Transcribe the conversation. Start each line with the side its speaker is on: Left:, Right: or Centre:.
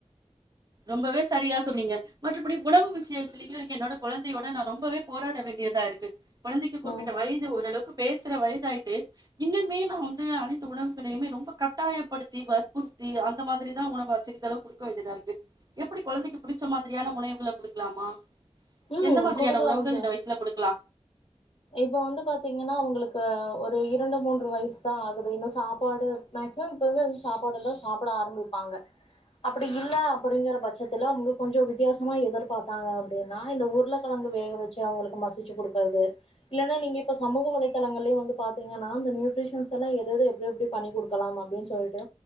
Right: ரொம்பவே சரியா சொன்னீங்க மற்றபடி உணவு விஷயத்தில்லிங்க என்னோட கொழந்தியோட நா ரொம்பவே போராட வேண்டியதா இருக்கு கொழந்திக்கு குறிப்பிட்ட
Left: ம்
Right: வயிது ஓரளவுக்கு பேசுற வயி த்தாயிக்கே இன்னுமேல் நா வந்து அனைத்து உணவுகளையுமே ரொம்ப கட்டாயப்படுத்தி வற்புறுத்தி அந்த மாதிரிதா உணவு அச்சிரிதளவு குடுக்க வேண்டியதாருக்கு எப்பிடி கொழந்திக்கு புடிச்ச மாதிரியான உணைவுகள குடுக்கலாமா
Left: ம்
Right: எந்த மாதிரியான
Left: குடுக்கலாம்
Right: உணவுகள்
Left: தோழி
Right: இந்த வயிசுல குடுக்குலா
Left: இப்ப வந்து பாத்தீங்குன்னா அவுங்களுக்கு ஒரு இரண்டு மூன்று வயிஸ் தா ஆகுது இன்னு சாப்பாடு மேக்சிமம் இப்பருந்து இந்த சாப்பாடு எல்லா சாப்புட ஆரம்பிப்பாங்க அப்டி இல்ல அப்பிடிங்கிற பச்சத்துல அவுங்க கொஞ்சோ வித்தியாசமா எதிர்பாப்பாங்க அப்டின்னா இந்த உருளக்கிழங்கு வேக வெச்சு அவுங்களுக்கு மசிச்சு குடுக்கறது இல்லன்னா நீங்க இப்ப சமூக வலைதளங்கல்லயே வந்து பாத்தீங்கன்னா இந்த நியூட்ரிஷன்ஸ் எல்லா எதது எப்டி எப்டி பண்ணி குடுக்கலாம் அப்டின் சொல்லிட்டு